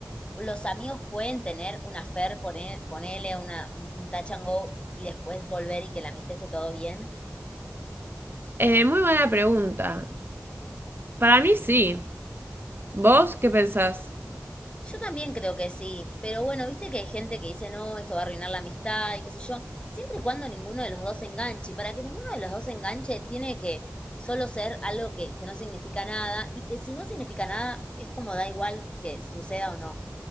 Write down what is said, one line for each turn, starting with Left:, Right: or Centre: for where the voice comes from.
Left: los amigos pueden tener una affair, poner, ponerle una, un touch and go y después volver y que la amistad esté todo bien?
Right: Eh, muy buena pregunta. Para mí sí. ¿Vos qué pensás?
Left: Yo también creo que sí, pero bueno, viste que hay gente que dice, no, esto va a arruinar la amistad y qué sé yo, siempre y cuando ninguno de los dos se enganche, y para que ninguno de los dos se enganche tiene que solo ser algo que, que no significa nada y que si no significa nada es como da igual que suceda o no.